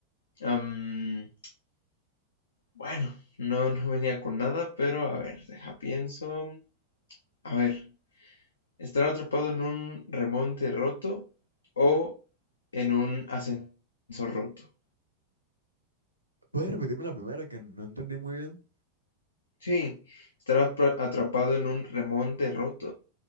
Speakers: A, on the left; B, on the right.
A: Am, bueno, no, no venía con nada, pero a ver, deja pienso. A ver. Estar atrapado en un remonte roto o en un ascensor roto.
B: ¿Puedes repetirme la primera que no entendí muy bien?
A: Sí, estar atrapado en un remonte roto